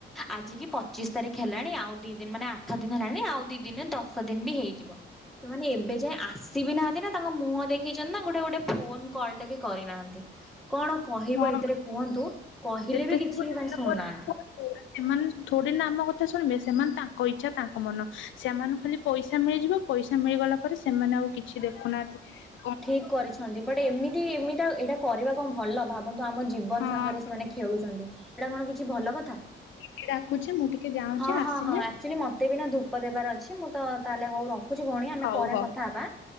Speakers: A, on the left (about 75°); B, in the centre.
A: ହ <inaudible>
B: ଆଜି କି ପଚିଶ ତାରିଖ ହେଲାଣି ଆଉ ଦି ଦିନ ମାନେ ଆଠ ଦିନ ହେଲାଣି ଆଉ ଦି ଦିନ ଦଶ ଦିନ ବି ହେଇଯିବ । ସେମାନେ ଏବେ ଯାଏ ଆସିବି ନାହାନ୍ତି ନା, ତାଙ୍କ ମୁହଁ ଦେଖେଇଛନ୍ତି, ନା ଗୋଟେ ଗୋଟେ ଫୋନ କଲଟେ ବି କରିନାହାନ୍ତି । କଣ କହିବ
A: ହଁ
B: ଏ କୁହନ୍ତୁ, କହିଲେ
A: ଏତେ
B: ବି କିଛି
A: ସବୁ
B: ଶୁଣୁନାହାନ୍ତି
A: ହେଲା ପରେ
B: ।
A: ସେମାନେ ଥୋଡିିନ ଆମ କଥା ଶୁଣିବେ, ସେମାନେ ତାଙ୍କ ଇଚ୍ଛା, ତାଙ୍କ ମନ, ସେମାନଙ୍କୁ ଖାଲି ପଇସା ମିଳିଯିବ ପଇସା ମିଳିଗଲା ପରେ, ସେମାନେ ଆଉ କିଛି ଦେଖୁନାହାନ୍ତି ।
B: ଠିକ କରିଛନ୍ତି ବଟ ଏମିତି, ଏମିତି ଏଇଟା କରିବା କଣ ଭଲ ଭାବନ୍ତୁ ଆମ ଜୀବନ
A: ହଁ
B: ସାଙ୍ଗରେ ସେମାନେ ଖେଳୁଛନ୍ତି, ଏଇଟା କଣ କିଛି ଭଲ କଥା ।
A: କିଏ ଡାକୁଛି ମୁଁ ଟିକେ ଯାଉଛି
B: ହଁ ହଁ
A: ଆସିଲେ
B: ହଁ ଆକ୍ଚୁଆଲି ମତେ ବି ନା ଧୂପ ଦେବାର ଅଛି, ମୁଁ ତ ତାହେଲେ ହଉ ରଖ ରଖୁଛି ଭଉଣୀ, ଆମେ
A: ହଉ
B: ପରେ
A: ହଉ
B: କଥା ହବା,